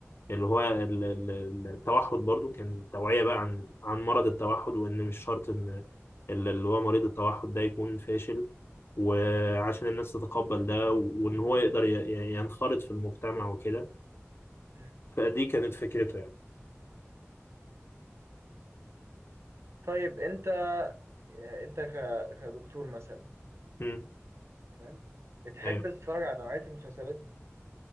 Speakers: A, on the left (about 55°); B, on the right (about 65°).
A: اللي هو ال- ال- ال- التوحد برضو كان توعية بقى عن عن مرض التوحد وإن مش شرط إن ال- اللي هو مريض التوحد ده يكون فاشل وعشان
B: م-
A: الناس تتقبل ده وإن هو يقدر ي- ي- ينخرط في المجتمع وكده
B: م.
A: فدي كانت فكرته يعني
B: طيب أنت آه، أنت ك... كدكتور مثلا
A: مم.
B: تمام بتحب
A: أيوه
B: تتفرج على نوعية المسلسلات دي